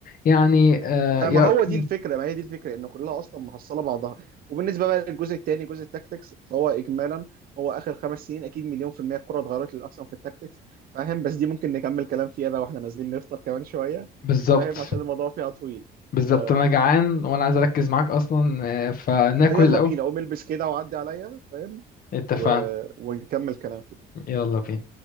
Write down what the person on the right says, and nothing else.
ما
ما هو دي
الفكرة ما هي دي الفكرة ان كلها أصلا محصلة بعضها وبالنسبة بقى للجزء الثاني جزء التاكتكس فهو إجمالا هو آخر خمس سنين أكيد مليون في المية الكرة اتغيرت للأحسن في التاكتكس فاهم بس دي ممكن نكمل كلام فيها بقى واحنا نازلين نفطر كمان شوية
فاهم عشان الموضوع فيها طويل
ف...
يلا
بينا قوم البس كده وعدي عليا فاهم
و... ونكمل كلام فيه